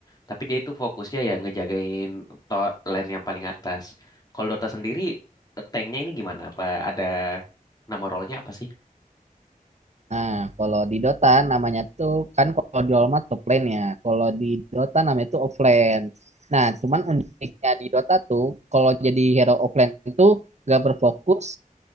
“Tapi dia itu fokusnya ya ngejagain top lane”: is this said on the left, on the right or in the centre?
Left